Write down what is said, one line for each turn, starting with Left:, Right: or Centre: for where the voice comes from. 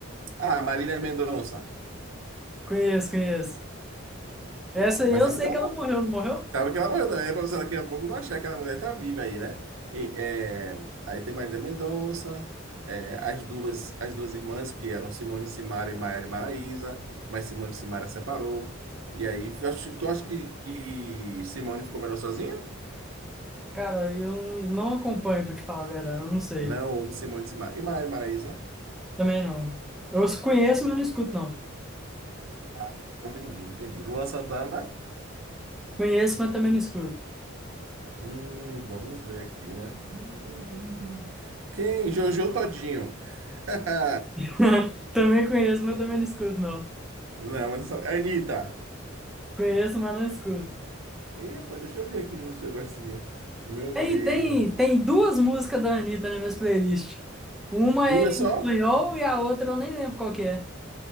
Right: Ah, Marília Mendonça.
Centre: Conheço, conheço. Essa
Right: Pô,
Centre: aí
Right: Mas
Centre: eu
Right: sabe
Centre: sei
Right: que ela,
Centre: que
Right: mor-
Centre: ela morreu, não morreu?
Right: sabe que ela morreu também, né? pra você daqui a pouco não achar que aquela mulher tá viva aí, né? E, é, Aí tem Marília Mendonça, é, as duas, as duas irmãs que eram Simone Simara e Maiara e Maraísa, mas Simone Simara separou. E aí, eu acho- tu acha que, que Simone ficou melhor sozinha?
Centre: Cara, eu não acompanho, pra te falar a verdade, eu não sei.
Right: Não, houve Simone Simara. E Maiara e Maraísa?
Centre: Também não. Eu os conheço, mas não escuto, não.
Right: Ah, entendi, entendi. Luan Santana?
Centre: Conheço, mas também não escuto.
Right: Hum, vamos ver aqui, né? <laughs> Hum, hum, hum, hum. Quem? Jojo Todinho. <laughs>
Centre: <laughs> Também conheço, mas também não escuto, não.
Right: Não, mas só- Anitta.
Centre: Conheço, mas não escuto.
Right: Ih, deixa eu ver aqui se você gosta de um. Meu
Centre: Tem,
Right: Deus.
Centre: tem, tem duas músicas da Anitta nas minhas playlists. Uma
Right: Duas
Centre: é em
Right: só?
Centre: espanhol e a outra eu nem lembro qual que é.